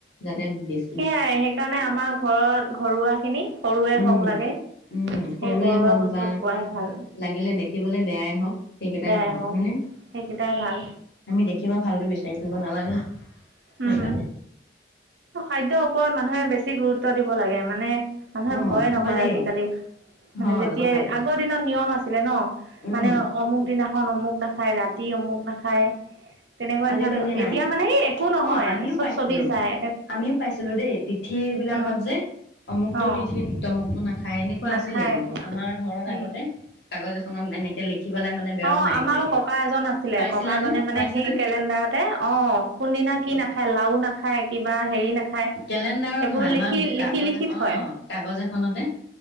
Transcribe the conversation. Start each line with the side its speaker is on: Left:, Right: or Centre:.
Left: যাতে বে
Right: সেয়াই সেইকাৰণে আমাৰ ঘৰত ঘৰুৱাখিনি সৰুৱে
Left: উম
Right: হওঁক লাগে
Left: উম সৰুৱে
Right: সেই ঘৰুৱা
Left: হওক
Right: বস্তু
Left: বা
Right: খোৱাই ভাল।
Left: লাগিলে দেখিবলে বেয়াই হওঁক, সেইকেইটাই
Right: বেয়াই
Left: ভাল
Right: হওক
Left: হয়নে?
Right: সেইকেইটাই ভাল
Left: আমি দেখিবা ভালটো বিচাৰি ফুৰিব নালাগা সেইকাৰণে।
Right: উম খাদ্যৰ ওপৰত মানুহে বেছি গুৰুত্ব দিব লাগে মানে, মানুহে
Left: অ'
Right: ভয়ে নকৰে
Left: হয় দেই
Right: আজিকালি। মানে
Left: হয়
Right: যেতিয়াই
Left: কথাটো
Right: আগৰদিনত নিয়ম আছিলে ন
Left: উম
Right: মানে অমুক দিনাখন অমুক না খাই ৰাতি অমুক নাখায় তেনেকুৱা
Left: আজিকালি
Right: ধৰণ
Left: নাই
Right: এতিয়া মানে এই
Left: অ'
Right: হয়
Left: আমিও
Right: চব
Left: পাইছিলো
Right: চলি যায়।
Left: আমিও পাইছিলো দেই তিথি বিলাকত
Right: উম
Left: যে অমুকটো
Right: অ
Left: তিথিত তমুকটো নাখায় এনেকুৱা
Right: নাখায়
Left: আছিলে কিন্তু আমাৰ ঘৰত
Right: উম
Left: আগতে কাগজ এখনত এনেকে লিখ <unintelligible> মানে বেৰত
Right: অ',
Left: মাৰি
Right: আমাৰো
Left: থৈ দিয়ে
Right: ককা এজন আছিলে
Left: পাইছিলানে
Right: আছিলে ককা জনে মানে
Left: পাইছানে?
Right: সেই কেলেণ্ডাৰতে অ' কোন দিনা কি নাখায় লাও নাখায় কিবা হেৰি নাখায়
Left: কেলেণ্ডাৰো
Right: সেইবোৰ
Left: নহয় আমাৰ
Right: লিখি লিখি
Left: কাগজ
Right: লিখি
Left: এখন
Right: থয়
Left: অ' কাগজ এখনতে